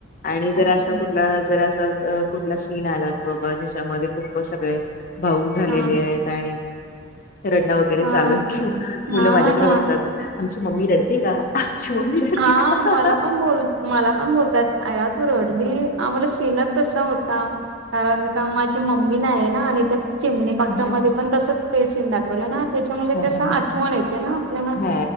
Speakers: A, on the left; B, on the right.
A: आणि जर
B: अच्छा.
A: अस कुठ जर असं कुठला सीन आला की बाबा ज्याच्यामध्ये खूप सगळे भाऊक झालेले
B: हां,
A: आहेत आणि रडणं वगैरे
B: हां,
A: चालू आहेत कि मुलं
B: हां
A: माझ्याकडे
B: ना.
A: बघतात आमची मम्मी रडते का आमची मम्मी रडते
B: हां,
A: का
B: मला पण बोल मला पण बोलतात आया तू रडली आम्हाला सीनच तसा होता कारण का माझी मम्मी नाही आहे ना आणि त्या चिमणीपाखरं
A: ह ह
B: मध्ये पण तस ते सीन दाखवलं ना त्याच्यामध्ये ते असं
A: ह ह
B: आठवण येते ना आपल्याला
A: हा